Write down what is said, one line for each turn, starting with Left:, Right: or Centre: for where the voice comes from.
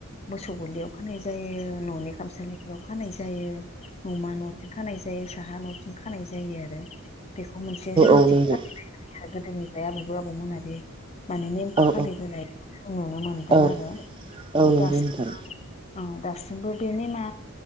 Left: मोसौ गलियाव खानाय जायो न'नि खामसालिफोराव खानाय जायो। नमा न'थिं खानाय जायो साहा न'थिं खानाय जायो आरो। बेखौ मोनसे जोंनिथिं
Right: औ नंगौ
Left: फालिनाय नुयो आरो गोदोनिफ्राय आबैबो आबौमोना बे माने नेमखौ
Right: औ
Left: फालिबोनायखौ जों नुनो मोनदों
Right: औ
Left: आरो
Right: औ
Left: <inaudible>
Right: नंगौ नोंथां
Left: ओ दासिमबो बे नेमा